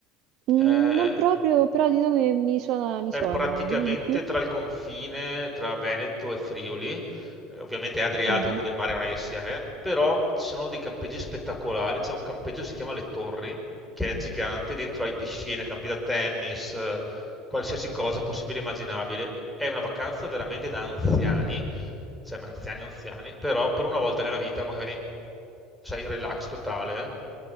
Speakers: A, on the right; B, in the centre.
A: Mm,
B: Eh,
A: non proprio, però di nome mi suona, mi
B: è
A: suona.
B: praticamente
A: Dimmi di più.
B: tra il confine tra Veneto e Friuli, ehm, ovviamente è Adriatico,
A: Mhm.
B: quindi il mare non è che si è, però ci sono dei campeggi spettacolari, c'è un campeggio che si chiama Le Torri, che è gigante, dentro hai piscine, campi da tennis, eh, qualsiasi cosa possibile e immaginabile. È una vacanza veramente da anziani, cioè ma anziani anziani, però per una volta nella vita magari sei relax totale eh.